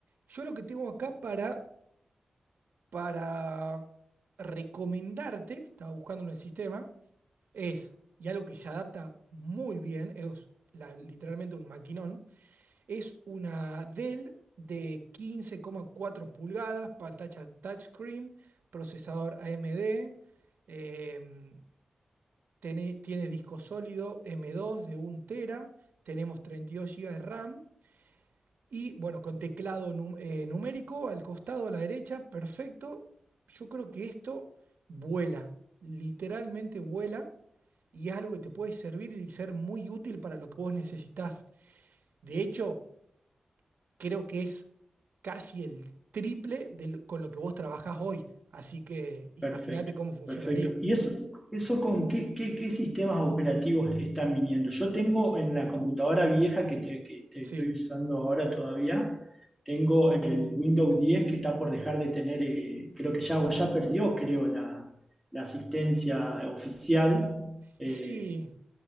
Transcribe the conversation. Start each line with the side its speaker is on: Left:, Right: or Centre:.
Right: yo lo que tengo acá para, para recomendarte, estaba buscando en el sistema, es, y algo que se adapta muy bien, es la- literalmente un maquinón, es una Dell de 15,4 pulgadas, pantalla touchscreen, procesador AMD, em, tiene, tiene disco sólido M2 de un tera, tenemos 32 gigas de RAM. Y bueno, con teclado num- eh, numérico al costado, a la derecha, perfecto. Yo creo que esto vuela, literalmente vuela, y es algo que te puede servir y ser muy útil para lo que vos necesitás. De hecho, creo que es casi el triple del- con lo que vos trabajás hoy. Así que imagínate
Centre: perfecto,
Right: cómo funcionaría.
Centre: perfecto. ¿Y eso, eso con qué, qué- qué sistemas operativos están viniendo? Yo tengo en la computadora vieja que, te- que te
Right: Sí.
Centre: estoy usando ahora todavía, tengo el Windows 10 que está por dejar de tener, eh, creo que ya, o ya perdió, creo, la, la asistencia oficial. Eh,
Right: Sí.